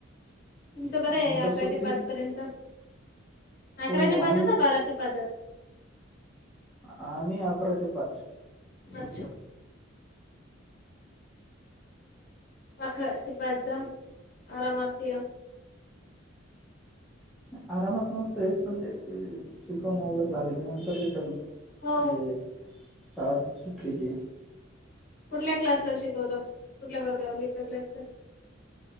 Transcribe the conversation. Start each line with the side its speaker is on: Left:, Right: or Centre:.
Left: तुमचं बरं
Centre: नंतर
Left: आहे अकरा
Centre: सुट्टी
Left: ते पाच पर्यंत अकरा
Centre: हो हो
Left: ते
Centre: आम्ही
Left: पाच बारा. ते पाजात
Centre: आम्ही अकरा ते पाच.
Left: अच्छा. अकरा ते पाच जा आरामात या.
Centre: आरामात नसत पण ते शिकवणं वगैरे झालं की नंतर रिटर्न.
Left: हो
Centre: म्हजे <unintelligible> सुटली की
Left: कुठल्या क्लासला शिकवता? कुठल्या वर्गावर घेता क्लास